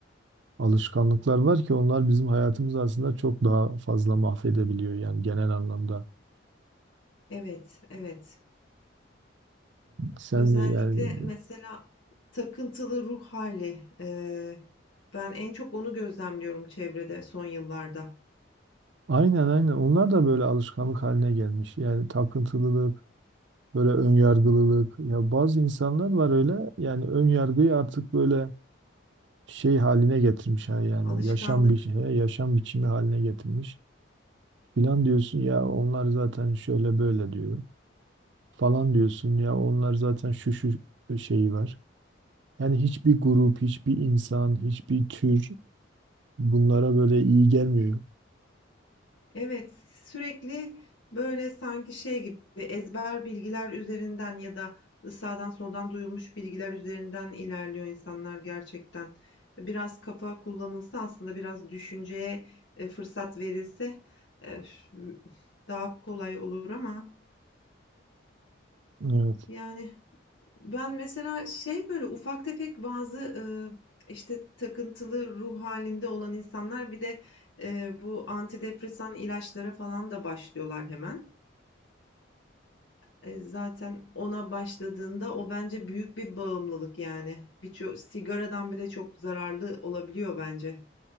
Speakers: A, on the right; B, on the left.
A: alışkanlıklar var ki onlar bizim hayatımızı aslında çok daha fazla mahvedebiliyor yani genel anlamda.
B: Evet, evet.
A: Sen
B: Özellikle
A: yani
B: mesela takıntılı ruh hali eee, ben en çok onu gözlemliyorum çevrede son yıllarda.
A: aynen aynen onlar da böyle alışkanlık haline gelmiş. Yani takıntılılık Böyle ön yargılılık. Ya bazı insanlar var öyle. Yani ön yargıyı artık böyle şey haline getirmiş ha yani
B: Alışkanlık.
A: yaşam bir yaşam biçimi haline getirmiş. Filan diyorsun ya onlar zaten şöyle böyle diyor. Falan diyorsun ya onlar zaten şu şu şeyi var. Yani hiçbir grup, hiçbir insan, hiçbir tür bunlara böyle iyi gelmiyor.
B: Evet, sürekli böyle sanki şey gibi ezber bilgiler üzerinden ya da sağdan soldan duyulmuş bilgiler üzerinden ilerliyor insanlar gerçekten. Biraz kafa kullanılsa aslında biraz düşünceye e, fırsat verilse e, daha kolay olur ama
A: Ee,
B: yani. Ben mesela şey böyle ufak tefek bazı eee, işte takıntılı ruh halinde olan insanlar bir de eee, bu antidepresan ilaçlara falan da başlıyorlar hemen. E, zaten ona başladığında o bence büyük bir bağımlılık yani. Birçok sigaradan bile çok zararlı olabiliyor bence.